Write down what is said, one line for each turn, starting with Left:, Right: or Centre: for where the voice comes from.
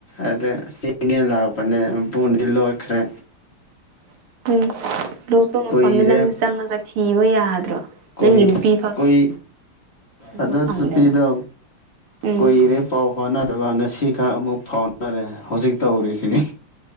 Left: ꯑꯗ ꯆꯦꯡꯉꯦ ꯂꯥꯛꯄꯅꯦ ꯃꯄꯨꯗꯤ ꯂꯣꯏꯠꯈ꯭ꯔꯦ
Right: ꯎꯝ <unintelligible> ꯎꯝ ꯂꯣꯛꯄ ꯃꯐꯝꯗꯨ
Left: ꯀꯨꯏꯔꯦ
Right: ꯅꯪꯁꯨ ꯆꯪꯉꯒ ꯊꯤꯕ ꯌꯥꯗ꯭ꯔꯣ
Left: ꯀꯨꯏ
Right: ꯅꯪꯒꯤ ꯅꯨꯄꯤ ꯐꯛ
Left: ꯀꯨꯏ
Right: ꯊꯤꯕ
Left: ꯑꯗꯣ
Right: ꯐꯪꯗꯕ
Left: ꯅꯨꯄꯤꯗꯣ
Right: ꯎꯝ
Left: ꯀꯨꯏꯔꯦ ꯄꯥꯎ ꯐꯥꯎꯅꯗꯕ ꯉꯁꯤꯈꯛ ꯑꯃꯨꯛ ꯐꯥꯎꯅꯔꯦ ꯍꯧꯖꯤꯛ ꯇꯧꯔꯤꯁꯤꯅꯤ